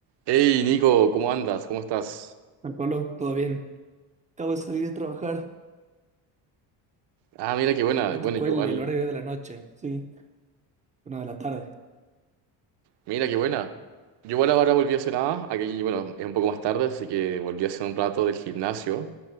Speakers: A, on the right; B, on the right.
A: Hey Nico, ¿cómo andas? ¿Cómo estás?
B: Juan Pablo, todo bien. Acabo de salir de trabajar.
A: Ah, mira qué buena.
B: Me
A: Bueno,
B: tocó
A: yo
B: el,
A: igual.
B: el horario de la noche, sí, una de la tarde.
A: Mira qué buena. Yo igual ahora volví hace nada. Aquí, bueno, es un poco más tarde, así que volví hace un rato del gimnasio.